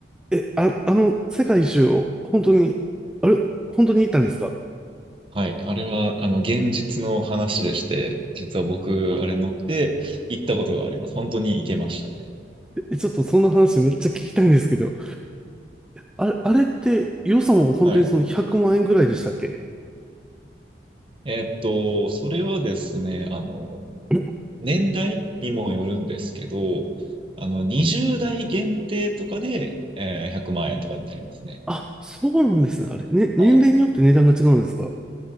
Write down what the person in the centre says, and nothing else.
え、あ、あの世界一周を本当に、あれ本当に行ったんですか
え、ちょっとその話めっちゃ聞きたいんですけど、あれ、あれって予算は本当にその100万円ぐらいでしたっけ
<coughs>
あ、そうなんですね。あれ、ね、年齢によって値段が違うんですか